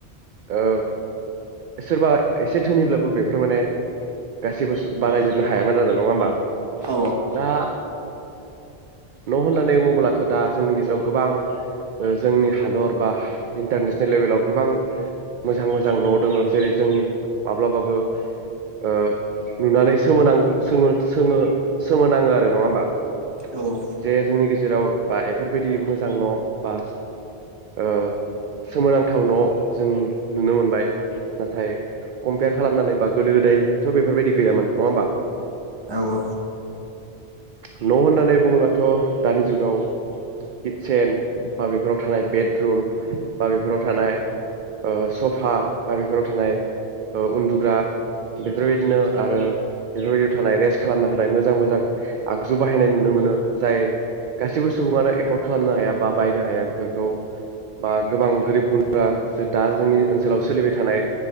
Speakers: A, on the right; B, on the right.
A: औ। सोरबा एसे धोनिब्लाबो बेफोर माने गासिबो सुब बारायजोबनो हायामोन आरो नङा होमबा।
B: औ
A: दा न होननानै बुङोब्लाथ दा जोंनि गेजेराव गोबां ओ जोंनि हादर बा हा इन्टारनेसनेल लेभेलाव गोबां मोजां मोजां न दङो जेरै जों माब्लाबाबो ओ नुनानै सोमोनां सोङो-सोङो सोमोनाङो आरो नङा होमबा।
B: औ औ।
A: जे जोंनि गेजेराव बा एफोरबायदि मोजां न बा ओ सोमोनांथाव न जों नुनो मोनबाय नाथाय कमप्यार खालामनानै बाग गोदो गोदायथ बेफोरबायदि गैयामोन नङा होमबा
B: औ अ।
A: न होननानै होननानै बुङोबथ दानि जुगाव किटसेेन बाबेफोराव थानाय बेदरुम बाबेफोराव थानाय ओ सफा बाबेफोराव थानाय उन्दुग्रा बेफोरबायदिनो आरो बेफोरबायदियाव थानाय रेस्ट खालामनो हानाय मोजां मोजां आगजु बाहायनाय नुनो मोन मोनो जाय गासिबो सुबुङानो एफर्ड खालामनो हाया बा बायनो हाया बेफोरखौ बा गोबां गोरिब गुन्द्रा दा जोंनि ओनसोलाव सोलिबाय थानाय